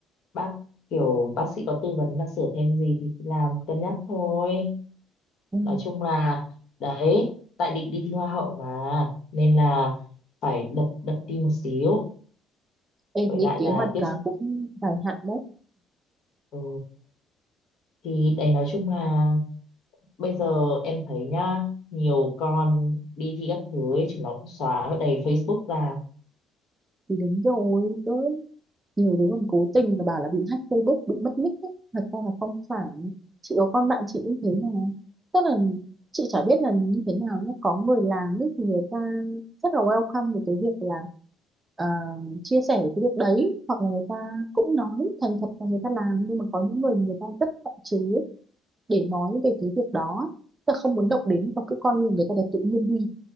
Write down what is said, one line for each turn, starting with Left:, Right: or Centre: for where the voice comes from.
Left: bác kiểu bác sĩ có tư vấn là sửa thêm gì thì làm cân nhắc thôi
Right: ừ.
Left: nói chung là đấy tại định đi thi hoa hậu mà nên là phải đập đập tim một xíu
Right: em
Left: với
Right: thấy
Left: lại
Right: kế
Left: là
Right: hoạch
Left: tiếp
Right: cả
Left: xúc
Right: cũng dài hạn đấy
Left: ừ. thì đấy nói chung là bây giờ em thấy nhá nhiều con đi thi các thứ ấy chúng nó cũng xóa ở đầy Facebook ra
Right: thì đúng rồi cơ nhiều đứa còn cố tình là bảo là bị hack Facebook bị mất nick ấy. thật ra là không phải chị có con bạn chị cũng thế mà tức là chị chả biết là như thế nào nhé có người làm ấy thì người ta rất là welcome về cái việc là ờ, chia sẻ cái việc đấy hoặc là người ta cũng nói thành thật là người ta làm nhưng mà có những người người ta rất hạn chế để nói về cái việc đó tức là không muốn động đến và cứ coi như người ta đẹp tự nhiên đi